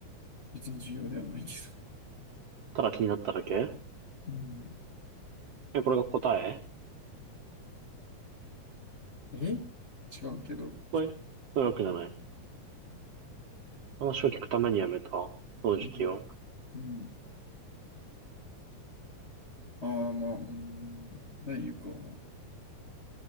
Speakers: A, on the left; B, on the right.
A: 別に重要ではないけ
B: ただ気になっただけ
A: ど。うん。
B: え、これが答え
A: え違うけど。
B: そういう、そういうわけじゃない。話を聞くためにやめた掃除機を。
A: うん。うん。ああ、まあ、うーん。ただ言うかも。